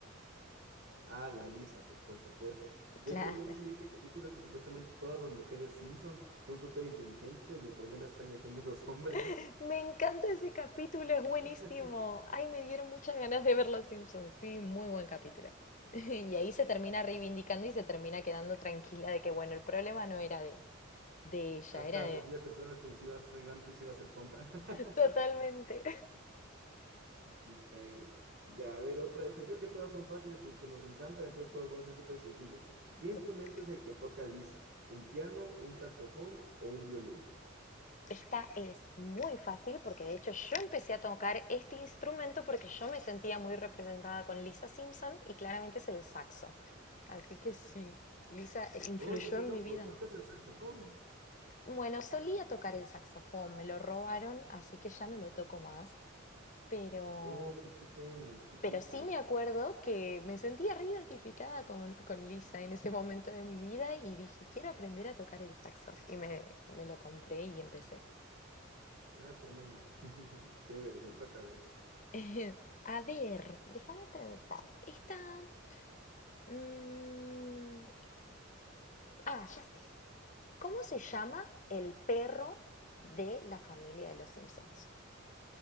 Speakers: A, on the right (about 55°); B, on the left (about 35°).
A: Ah, la Lisa, pues por supuesto. De
B: Claro.
A: hecho, no sé si viste el capítulo que supuestamente todas las mujeres Simpson son súper inteligentes y el problema está en la gente de los hombres.
B: <laughs> Me encanta ese capítulo, es buenísimo.
A: <laughs>
B: Ay, me dieron muchas ganas de ver Los Simpsons. Sí, muy buen capítulo. <laughs> Y ahí se termina reivindicando y se termina quedando tranquila de que, bueno, el problema no era de, de ella,
A: Ajá,
B: era de...
A: porque ya pensaba que si iba a ser grande y si iba a ser tonta. <laughs>
B: <laughs> Totalmente.
A: Y cague. Ya, a ver, otra. Este, creo que todas son fáciles porque nos encanta, entonces todas van a ser súper sencillas.
B: <laughs>
A: ¿Qué instrumento es el que toca Lisa? ¿Un piano, un saxofón o un violín?
B: Esta es muy fácil porque de hecho yo empecé a tocar este instrumento porque yo me sentía muy representada con Lisa Simpson y claramente es el saxo. Así que sí, Lisa influyó
A: Oye, qué
B: en
A: loco,
B: mi vida.
A: ¿tocas el saxofón?
B: Bueno, solía tocar el saxofón, me lo robaron, así que ya no lo toco más, pero,
A: Oh, qué pena, qué triste.
B: pero sí me acuerdo que me sentía reidentificada con, con Lisa en ese momento de mi vida y dije, quiero aprender a tocar el saxo. Y me, me lo compré y empecé.
A: Ah, qué ameno. <laughs> Chévere, me toca ver.
B: <laughs> A ver, déjame pensar. Esta... mm, ah, ya sé. ¿Cómo se llama el perro de la familia de los Simpsons?